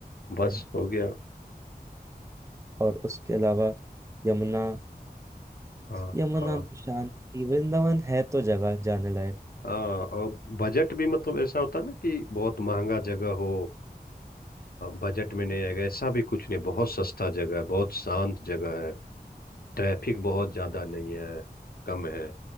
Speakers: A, on the left; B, on the right.
A: बस
B: हम्म।
A: हो गया
B: और उसके अलावा यमुना
A: हाँ
B: यमुना
A: हाँ
B: में शांति वृंदावन है तो जगह जाने लायक
A: हाँ और बजट भी मतलब ऐसा होता है ना कि बहुत महंगा जगह हो बजट में नहीं आएगा ऐसा भी कुछ नहीं बहुत सस्ता जगह है बहुत शांत जगह है ट्रैफिक बहुत ज़्यादा नहीं है कम है